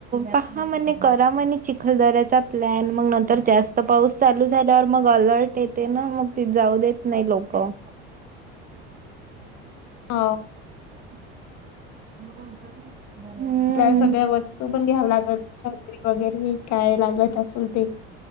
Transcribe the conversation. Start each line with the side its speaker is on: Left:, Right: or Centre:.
Right: पहा म्हणे करा म्हणे चिखल दऱ्या चा प्लॅन, मग नंतर जास्त पाऊस चालू झाल्यावर, मग अलर्ट येते ना मग ती जाऊ देत नाही. लोकं
Left: ह
Right: <unintelligible> हम्म
Left: आपल्याला सगळ्या वस्तू पण घ्यावं लागल, छत्री वगैरे काय लागत असल ते, <inaudible>